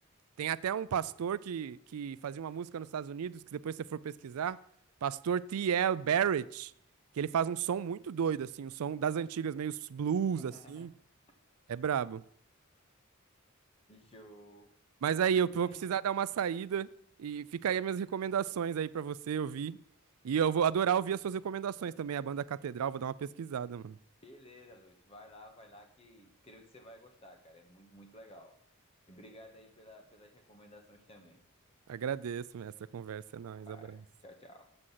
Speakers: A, on the right; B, on the left.
A: Tem até um pastor que, que fazia uma música nos Estados Unidos, que depois se você for pesquisar, pastor T.L. Barrett, que ele faz um som muito doido, assim, um som das antigas, meio blues,
B: <laughs>
A: assim. É brabo.
B: Show.
A: Mas aí, eu
B: Bem,
A: vou precisar dar uma saída e fica aí as minhas recomendações aí pra você ouvir. E eu vou adorar ouvir as suas recomendações também, a banda Catedral, vou dar uma pesquisada, mano.
B: beleza, Lúcio. Vai lá, vai lá, que creio que você vai gostar, cara. É muito, muito legal. E obrigado aí pela, pelas recomendações também.
A: Agradeço, mestre, a conversa é nóis,
B: Vai.
A: abraço.
B: Tchau, tchau.